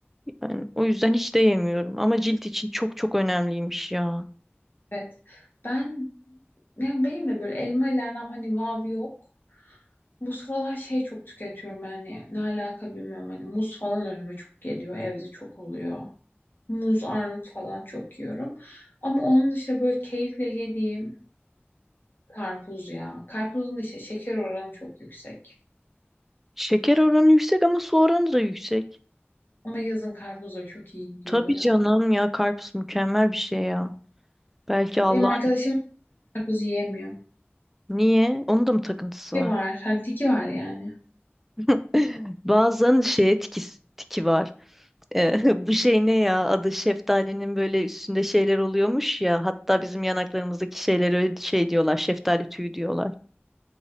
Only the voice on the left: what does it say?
Evet. Ben yani benim de böyle elma ile aram hani vav yok. Bu sıralar şey çok tüketiyorum yani ne alaka bilmiyorum hani muz falan önüme çok geliyor evde çok oluyor. Muz, armut falan çok yiyorum. Ama onun dışında böyle keyifle yediğim karpuz ya. Karpuzun işte şeker oranı çok yüksek.
Ama yazın karpuz da çok iyi gidiyor
ya.
Benim arkadaşım karpuz yiyemiyor.
Tiki
var. Hani tiki var yani.